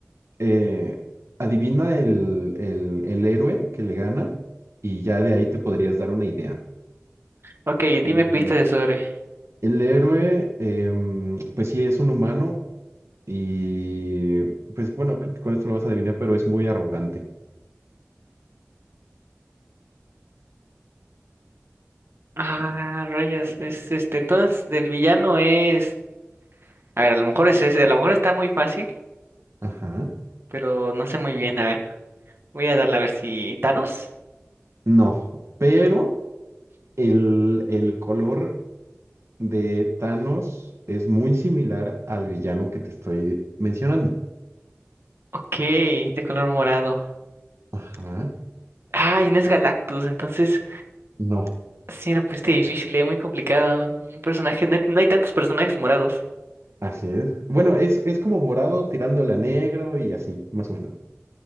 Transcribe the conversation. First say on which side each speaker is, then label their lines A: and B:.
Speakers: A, on the right (about 85°); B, on the right (about 60°).
A: eh, adivina el, el, el héroe que le gana y ya de ahí te podrías dar una idea.
B: Ok,
A: Y
B: dime pistas de sobre.
A: el héroe, em, pues sí, es un humano y, pues bueno, creo que con esto lo vas a adivinar, pero es muy arrogante.
B: Ah, rayos. Es este, entonces, del villano es. A ver, a lo mejor es ese. A lo mejor está muy fácil,
A: Ajá.
B: pero no sé muy bien. A ver, voy a darle a ver si. ¿Thanos?
A: No, pero el, el color de Thanos es muy similar al villano que te estoy mencionando.
B: Ok, de color morado.
A: Ajá.
B: Ay, no es Galactus, entonces.
A: No,
B: Sí, no, pues este difícil, es muy complicado. Un personaje, no hay, no hay tantos personajes morados.
A: así es. Bueno, es, es como morado tirándole a negro y así, más o menos.